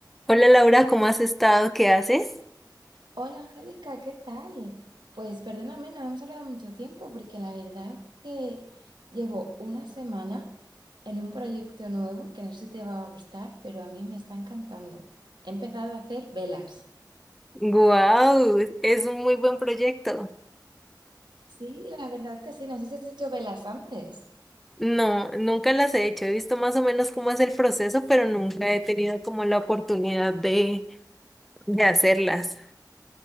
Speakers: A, in the centre; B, on the right (about 80°).
A: Hola Laura, ¿cómo has estado? ¿Qué haces?
B: Hola Angélica, ¿qué tal? Pues perdóname, no hemos hablado mucho tiempo porque la verdad que llevo una semana en un proyecto nuevo que no sé si te va a gustar, pero a mí me está encantando. He empezado a hacer velas.
A: ¡Guau! es un muy buen proyecto.
B: Sí, la verdad que sí, no sé si has hecho velas antes.
A: No, nunca las he hecho. He visto más o menos cómo es el proceso, pero nunca he tenido como la oportunidad de, de hacerlas.